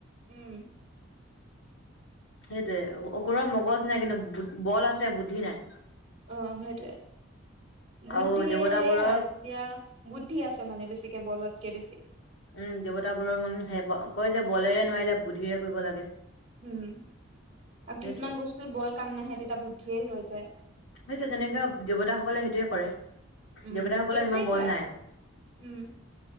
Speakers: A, on the right; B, on the left.
A: উম
B: সেইটোৱে অসুৰৰ মগজ নাই কিন্তু বল আছে বুদ্ধি নাই
A: অ সেইটোৱেই বুদ্ধি
B: আৰু দেৱতাবোৰৰ
A: সেয়াই এতিয়া বুদ্ধি আছে মানে বেছিকে বলতকে বেছি
B: উম দেৱতাবোৰৰ মন সে কয় যে বলেৰে নোৱাৰিলে বুদ্ধিৰে কৰিব লাগে।
A: উম আৰু
B: সেইটোয়ে
A: কিছুমান বস্তুত বল কাম নাহে তেতিয়া বুদ্ধিয়েই হৈ যায়।
B: সেইটোয়ে যেনেকে দেৱতাসকলে সেইটোয়ে কৰে
A: উম
B: দেৱতাসকলৰ
A: প্ৰত্যেকবাৰে
B: ইমান বল নাই
A: উম